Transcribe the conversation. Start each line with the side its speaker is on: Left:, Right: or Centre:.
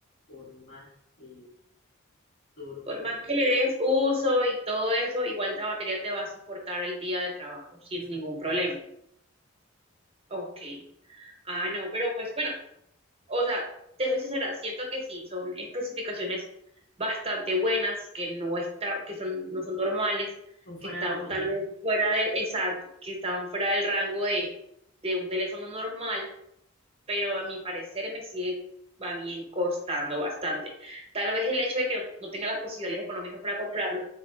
Left: por más eh, duro
Right: por
Left: o
Right: más que le des uso y todo eso, igual la batería te va a soportar el día de trabajo sin
Left: exactamente.
Right: ningún problema. Ok. Ah, no, pero pues bueno. O sea, te soy sincera, siento que sí, son especificaciones bastante buenas, que no está, que son, no son normales,
Left: Son fuera
Right: que están
Left: de lo común.
Right: tal vez fuera del, exacto, que están fuera del rango de, de un teléfono normal, pero a mi parecer me sigue va bien costando bastante. Tal vez el hecho de que no, no tenga las posibilidades económicas para comprarlo